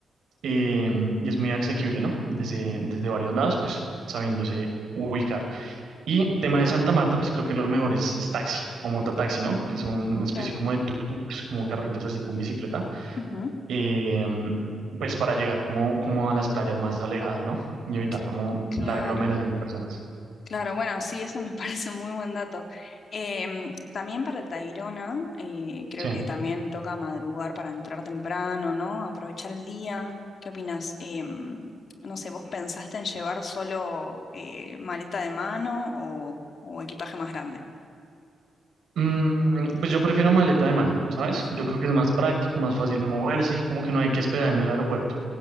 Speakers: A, on the right (about 75°); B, on the left (about 60°).
A: eh, y es muy asequible, ¿no? Desde, desde varios lados, pues sabiéndose ubicar. Y tema de Santa Marta, pues creo que lo mejor es, es taxi o mototaxi, ¿no? Que es una especie
B: claro.
A: como de tuk-tuks, como carritos así con bicicleta,
B: ujú,
A: eh, pues para llegar como, como a las playas más alejadas, ¿no? Y evitar
B: cl-
A: como
B: claro.
A: la aglomeración de personas.
B: Claro, bueno, sí, ese me <laughs> parece un muy buen dato. Em, también para el Tayrona, eh, creo
A: Sí.
B: que también toca madrugar para entrar temprano, ¿no? Aprovechar el día. ¿Qué opinas? Em, no sé, ¿vos pensaste en llevar solo eh, maleta de mano o, o equipaje más grande?
A: Mm, pues yo prefiero maleta de mano, ¿sabes?
B: Ajá,
A: Yo creo que es más práctico, más fácil de moverse y como que no hay que esperar en el aeropuerto.